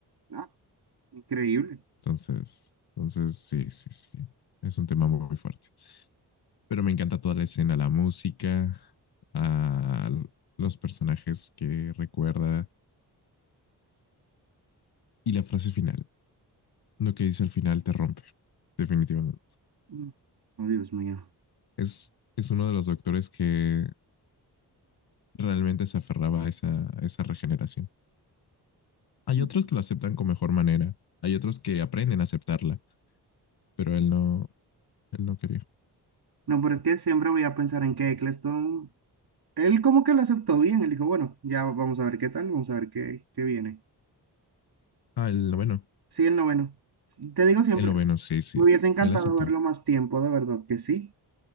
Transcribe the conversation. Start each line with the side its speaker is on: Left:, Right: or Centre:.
Right: ah, increíble.
Left: Entonces, entonces, sí, sí, sí. Es un tema muy, muy fuerte. Pero me encanta toda la escena, la música, a los personajes que recuerda y la frase final. Lo que dice al final te rompe, definitivamente.
Right: Mm, Oh, Dios mío.
Left: Es, es uno de los doctores que realmente se aferraba a esa, a esa regeneración. Hay
Right: Mm.
Left: otros que lo aceptan con mejor manera, hay otros que aprenden a aceptarla, pero él no, él no quería.
Right: No, pero es que siempre voy a pensar en que Eccleston, él como que lo aceptó bien, él dijo, bueno, ya vamos a ver qué tal, vamos a ver qué, qué viene.
Left: Ah, el noveno.
Right: Sí, el noveno. Te digo siempre,
Left: El noveno, sí, sí.
Right: me hubiese encantado
Left: Él aceptó.
Right: verlo más tiempo, de verdad que sí,